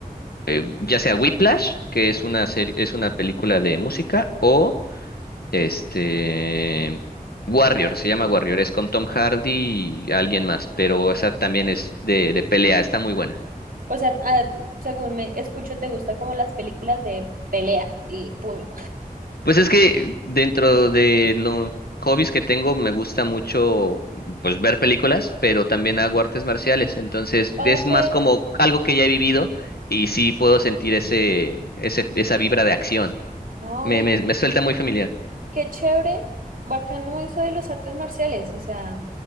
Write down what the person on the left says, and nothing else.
eh, ya sea Whiplash, que es una serie, es una película de música, o este Warrior, se llama Warrior, es con Tom Hardy y alguien más, pero esa también es de, de pelea, está muy buena.
Pues es que dentro de los hobbies que tengo me gusta mucho pues ver películas, pero también hago artes marciales, entonces
es más como algo que ya he vivido y sí puedo sentir ese, ese esa vibra de acción.
Me, me, me suelta muy familiar.